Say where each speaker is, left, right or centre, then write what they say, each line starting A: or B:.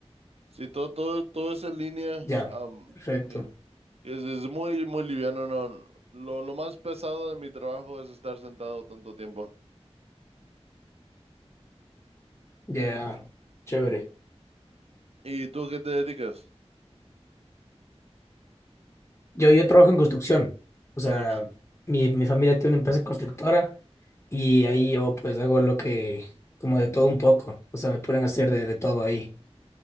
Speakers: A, on the right (about 65°); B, on the left (about 25°).
A: Sí, todo, todo, todo es en línea.
B: Ya,
A: am,
B: perfecto.
A: y- y es, es muy, muy liviano, no. Lo, lo más pesado de mi trabajo es estar sentado tanto tiempo.
B: Ya, Chévere.
A: ¿Y tú a qué te dedicas?
B: Yo, yo trabajo en construcción. O sea,
A: Construc-
B: mi, mi familia tiene una empresa constructora y ahí yo pues hago lo que, como de todo un poco. O sea, me ponen a hacer de, de todo ahí.